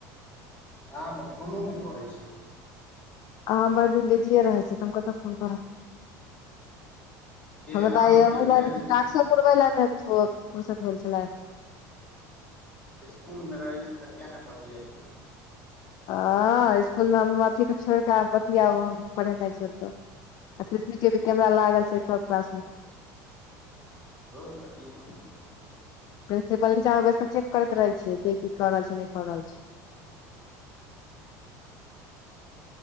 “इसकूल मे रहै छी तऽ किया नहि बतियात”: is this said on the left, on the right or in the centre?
Left